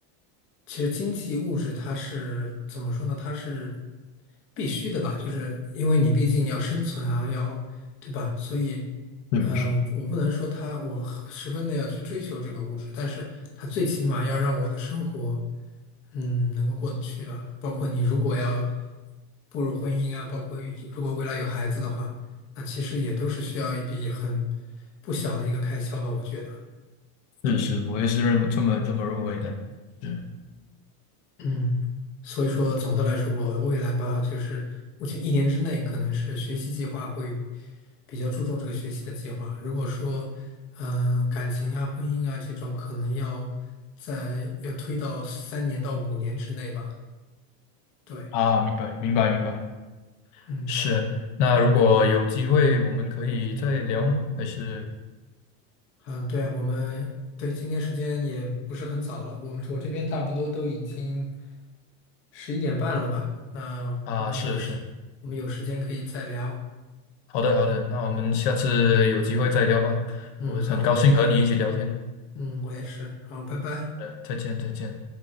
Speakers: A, on the left; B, on the left.
A: 其实经济物质它是怎么说呢？它是必须的吧，就是因为你毕竟要生存啊，要，对吧？所以，
B: 是是
A: 呃，我我不能说它，我十分的要去追求这个物质，但是它最起码要让我的生活。嗯，能够过得去吧。包括你如果要步入婚姻啊，包括一如果未来有孩子的话，那其实也都是需要一笔很不小的一个开销吧，我觉得。
B: 是是，我也是认为这么这么认为的。是
A: 嗯，所以说总的来说，我未来吧，就是目前一年之内，可能是学习计划会比较注重这个学习的计划。如果说，嗯、感情啊、婚姻啊这种，可能要在要推到三年到五年之内吧。对，
B: 啊，明白明白明白。
A: 嗯。
B: 是，那如果有机会，我们可以再聊吗？还是
A: 嗯，对啊，我们对今天时间也不是很早了，我们我这边差不多都已经十一点半了吧？那我们有时我们有时间可以再聊。
B: 啊，是是，好的好的，那我们下次有机会再聊吧。
A: 嗯，
B: 我很高兴和你一起聊天。
A: 好，嗯，我也是，好，拜拜。
B: 呃，再见再见。